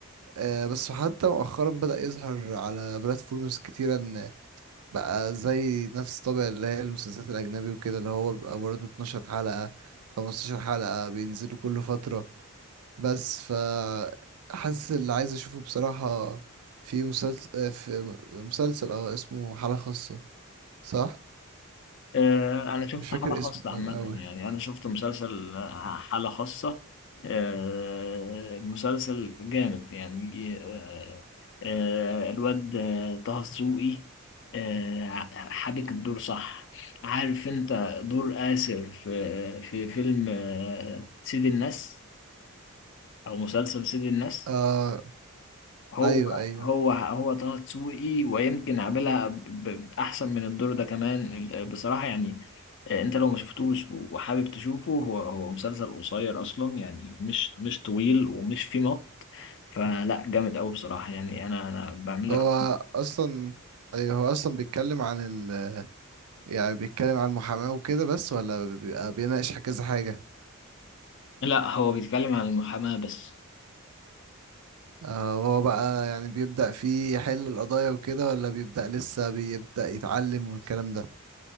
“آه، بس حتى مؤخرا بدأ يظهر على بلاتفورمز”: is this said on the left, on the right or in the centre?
Right